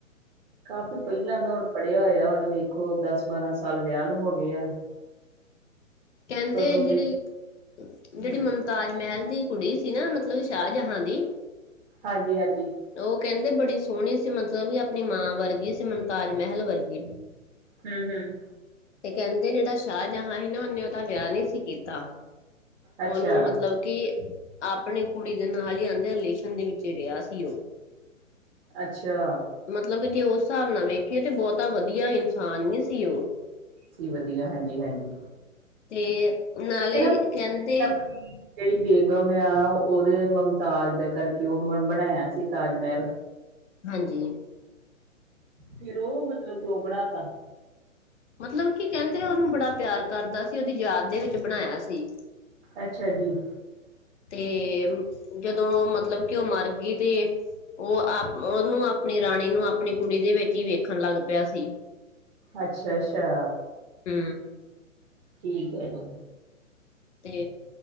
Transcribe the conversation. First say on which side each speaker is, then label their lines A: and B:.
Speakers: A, on the right; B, on the left.
A: ਕਾਫੀ ਪਹਿਲਾਂ ਮੈ ਹੁਣ ਪੜਿਆ ਹੋਇਆ ਹੁਣ ਵੇਖੋ ਦਸ ਬਾਰਾਂ ਸਾਲ ਵਿਆਹ ਨੂੰ ਹੋਗੇ ਆ।
B: ਕਹਿੰਦੇ
A: ਕਦੋਂ
B: ਜਿਹੜੇ,
A: ਦੀ
B: ਜਿਹੜੀ
A: ਹੂੰ
B: ਮਮਤਾਜ ਮਹਿਲ ਦੀ ਕੁੜੀ ਸੀ ਨਾ ਮਤਲਬ ਸ਼ਾਹਜਹਾਂ ਦੀ।
A: ਹਾਂਜੀ ਹਾਂਜੀ,
B: ਉਹ ਕਹਿੰਦੇ ਬੜੀ ਸੋਹਣੀ ਸੀ ਮਤਲਬ ਕਿ ਆਪਣੀ ਮਾਂ ਵਰਗੀ ਸੀ ਤਾਜ ਮਹਿਲ ਵਰਗੀ,
A: ਹੂੰ ਹੂੰ
B: ਤੇ ਕਹਿੰਦੇ ਜਿਹੜਾ ਸ਼ਾਹਜਹਾਂ ਹੀ ਨਾ ਉਹਨੇ ਦਾ ਵਿਆਹ ਨੀ ਸੀ ਕੀਤਾ,
A: ਅੱਛਾ
B: ਉਹਨੂੰ ਮਤਲਬ ਕਿ ਆਪਣੀ ਕੁੜੀ ਦੇ ਨਾਲ ਈ ਆਂਦੇ ਰਿਲੇਸ਼ਨ ਦੇ ਵਿੱਚ ਰਿਹਾ ਸੀ ਉਹ
A: ਅੱਛਾ,
B: ਮਤਲਬ ਕਿ ਜੇ ਉਸ ਹਿਸਾਬ ਨਾਲ ਵੇਖੀਏ ਤੇ ਬਹੁਤਾ ਵਧੀਆ ਇਨਸਾਨ ਨੀ ਸੀ ਉਹ
A: ਸੀ ਵਧੀਆ ਹਾਂਜੀ ਹਾਂਜੀ।
B: ਤੇ ਨਾਲੇ
A: ਇਹ ਨਾ
B: ਕਹਿੰਦੇ
A: ਆਪਣੀ ਜਿਹੜੀ ਬੇਗਮ ਆ ਉਹਦੇ ਮੁਮਤਾਜ ਦਾ ਕਰਕੇ ਉਹ ਬਣਾਇਆ ਸੀ ਤਾਜ ਮਹਿਲ
B: ਹਾਂਜੀ,
A: ਫਿਰ ਉਹ ਮਤਲਬ ਕਿਉਂ ਬਣਾਤਾ
B: ਮਤਲਬ ਕੀ ਕਹਿੰਦੇ ਉਹਨੂੰ ਬੜਾ ਪਿਆਰ ਕਰਦਾ ਸੀ ਉਹਦੀ ਯਾਦ ਦੇ ਵਿੱਚ ਬਣਾਇਆ ਸੀ।
A: ਅੱਛਾ ਜੀ।
B: ਤੇ, ਜਦੋਂ ਮਤਲਬ ਕਿ ਉਹ ਮਰ ਗਈ ਤੇ। ਉਹ ਆਪ ਉਹਨੂੰ ਆਪਣੀ ਰਾਣੀ ਨੂੰ ਆਪਣੀ ਕੁੜੀ ਦੇ ਵਿੱਚ ਹੀ ਵੇਖਣ ਲੱਗ ਪਿਆ ਸੀ।
A: ਅੱਛਾ- ਅੱਛਾ।
B: ਕੇ
A: ਠੀਕ ਆ ਜੀ।
B: ਤੇ